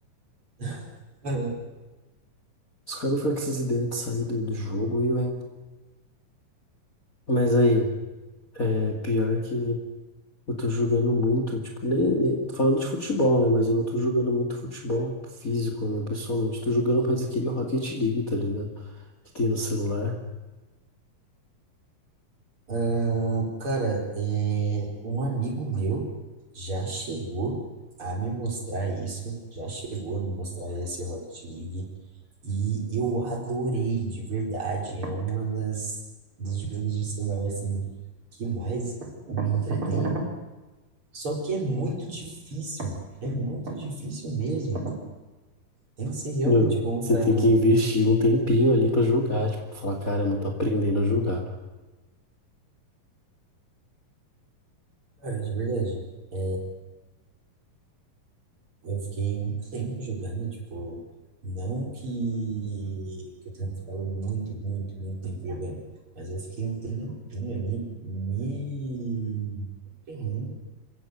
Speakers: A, on the right; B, on the left.
A: <laughs>
B: Os caras ficam com essas ideias de sair do do jogo, eu, hein? Mas aí, é pior que eu tô jogando muito, tipo, nem, nem tô falando de futebol, né? Mas eu não tô jogando muito futebol físico, né? Pessoalmente, tô jogando mais aquele Rocket League, tá ligado? Que tem no celular.
A: Ah, cara, é, um amigo meu já chegou a me mostrar isso, já chegou a me mostrar esse Rocket League e eu adorei de verdade. É uma das dos jogos de celular assim que mais me entretém. Só que é muito difícil, é muito difícil mesmo. Tem que ser realmente
B: Meu,
A: bom
B: você
A: para,
B: tem que investir um tempinho ali pra jogar, tipo, falar, caramba, tô aprendendo a jogar.
A: cara, de verdade. É, Eu fiquei um tempo jogando, tipo, não que, que eu tenha ficado muito, muito, muito tempo jogando, mas eu fiquei um tempinho ali me empenhando